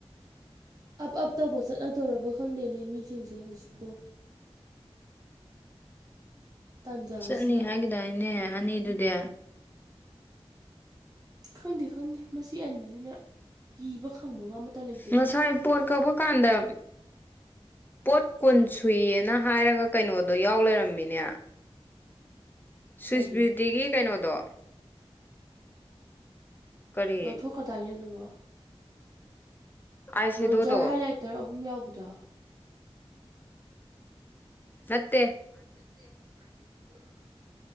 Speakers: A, on the right; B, on the left.
A: ꯑꯞ ꯑꯞ ꯇꯧꯕ ꯆꯠꯅꯗꯧꯔꯕ ꯈꯪꯗꯦꯅꯦ ꯃꯤꯁꯤꯡꯁꯦ ꯍꯧꯖꯤꯛꯄꯨ ꯇꯥꯟꯖꯥ
B: ꯆꯠꯅꯤ
A: ꯑꯁꯤꯗ
B: ꯍꯥꯏꯒꯗꯥ ꯑꯩꯅꯦ ꯑꯅꯤꯗꯨꯗꯤ
A: ꯈꯪꯗꯦ ꯈꯪꯗꯦ ꯃꯁꯤ ꯑꯅꯤꯁꯤꯅ ꯀꯤꯕ ꯈꯪꯕꯒ ꯂꯩꯇꯦ
B: ꯉꯁꯥꯏ ꯄꯣꯠ ꯀꯛꯄ ꯀꯥꯟꯗ ꯄꯣꯠ ꯀꯨꯟ ꯁꯨꯏꯌꯦꯦꯅ ꯍꯥꯏꯔꯒ ꯀꯩꯅꯣꯗꯣ ꯌꯥꯎ ꯂꯩꯔꯝꯃꯤꯅꯦ ꯁ꯭ꯋꯤꯁ
A: ꯀꯔꯤ
B: ꯕ꯭ꯌꯨꯇꯤꯒꯤ ꯀꯩꯅꯣꯗꯣ ꯀꯔꯤ
A: ꯂꯧꯊꯣꯛꯈ꯭ꯔꯗꯥꯏꯅꯦ ꯑꯗꯨꯕꯣ
B: ꯑꯥꯏ
A: ꯕ꯭ꯔꯣꯟꯖꯔ
B: ꯁꯦꯗꯣꯗꯣ
A: ꯍꯥꯏꯂꯥꯏꯇꯔ ꯑꯍꯨꯝ ꯌꯥꯎꯕꯗꯣ
B: ꯃꯠꯇꯦ
A: ꯅꯦ ꯑꯁꯣ <unintelligible>